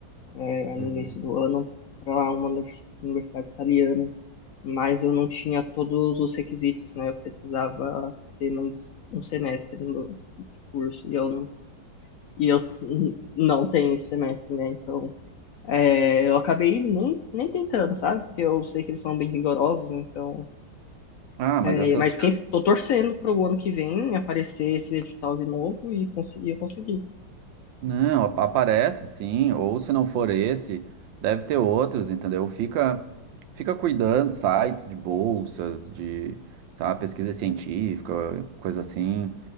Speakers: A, on the left (about 75°); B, on the right (about 80°).
A: É,
B: Uhum.
A: no início do ano, para uma univers- universidade italiana, mas eu não tinha todos os requisitos, né? Eu precisava ter mais um semestre no curso e eu não, e eu n- não tenho esse semestre, né? Então, é, eu acabei nem, nem tentando, sabe? Porque eu sei que eles são bem rigorosos, então.
B: Ah, mas
A: É,
B: essas
A: mas quem tô torcendo para o ano que vem aparecer esse edital de novo e conseguir, eu conseguir.
B: Não, ap- aparece sim, ou se não for esse, deve ter outros, entendeu? Fica, fica cuidando, sites de bolsas, de, sabe, pesquisa científica, coisa assim,